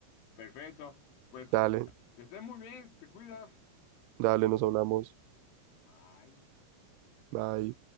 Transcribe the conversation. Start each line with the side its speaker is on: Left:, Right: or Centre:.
Left: Perfecto, pues
Right: Dale,
Left: que estés muy bien, te cuidas.
Right: dale, nos hablamos.
Left: Ay.
Right: Bye.